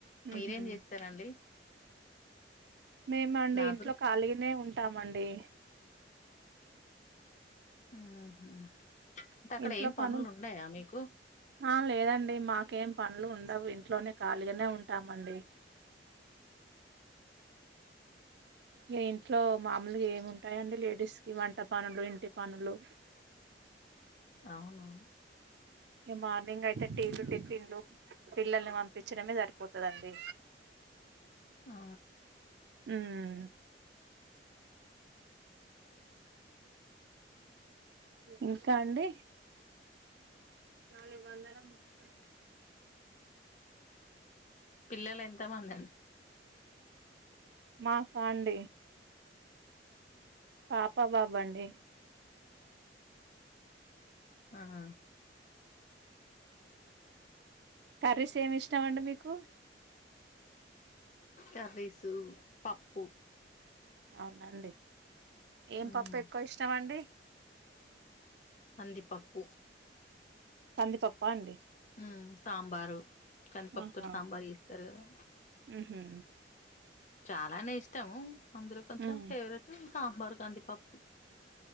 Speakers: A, on the left; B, on the right.
A: మీరేం
B: ఉహు
A: చేస్తారండి
B: మేమా అండి
A: నాకు
B: ఇంట్లో ఖాళీగనే ఉంటామండి.
A: ఉహు అంటే అక్కడ
B: ఇంట్లో
A: ఏం
B: పను
A: పనులు ఉండయా మీకు
B: ఆ లేదండి మాకేం పనులు ఉండవు ఇంట్లోనే ఖాళీగానే ఉంటామండి ఇగ ఇంట్లో మామూలుగా ఏమింటాయండి. లేడీస్ కి వంట పనులు ఇంటి పనులు
A: అవును
B: ఇక మార్నింగ్ అయితే టీలు టిఫిన్లు పిల్లల్ని పంపించడమే సరిపోతదండి
A: ఆ
B: మ్ ఇంకా అండి నాలుగు వందల ముప్పై
A: పిల్లలు ఎంత మంది అండి
B: మాకా అండి పాప బాబు అండి
A: ఆహా
B: కర్రీస్ ఏమ్ ఇష్టామండి మీకు
A: కర్రీస్ పప్పు
B: అవున అండి ఏం
A: ఉమ్
B: పప్పు ఎక్కువ ఇష్టం అండి
A: కంది పప్పు
B: కందిపప్పా అండి
A: మ్ సాంబారు కందిపప్పు
B: ఆహా
A: తోటి సాంబారు చేస్తరు కదా
B: ఉహు
A: చాలానే ఇష్టము. అందులో కొంచెం
B: ఉమ్
A: ఫేవరెట్ సాంబార్ కందిపప్పు